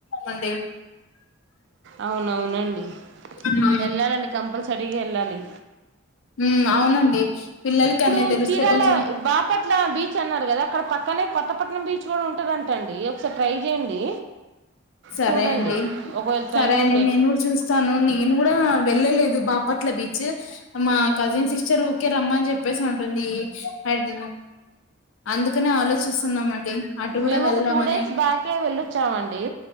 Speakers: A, on the left; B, on the right.
A: మండి
B: అవునవునండి
A: హ్మ్.
B: వెళ్ళాలండి కంపల్సరీ ఎల్లాలి
A: ఉ అవునండి పిల్లలకి
B: ఇప్పుడు
A: అన్నీ తెలిస్తే
B: చీరాల
A: కొంచెం
B: బాపట్ల బీచ్ టె అన్నారు కదా అక్కడ పక్కనే కొత్తపట్నం బీచ్ కూడా ఉంటదంట అండి ఒకసారి ట్రై చేయండి
A: సరే
B: చూడండి
A: అండి
B: ఒకవేళ
A: సరే
B: టైం
A: అండి
B: ఉంటే
A: నేను కూడా చూస్తాను నేను కూడా వెళ్ళలేదు బాపట్ల బీచ్ మా కజిన్ సిస్టర్ ఊకే రమ్మని చెప్పేసి ఉంటుంది అండ్ అందుకనే ఆలోచిస్తున్నామండి అటు కూడా
B: మేము
A: వెళ్దామని
B: ఒక టూ డేస్ బ్యాకే వెళ్ళొచ్చామండి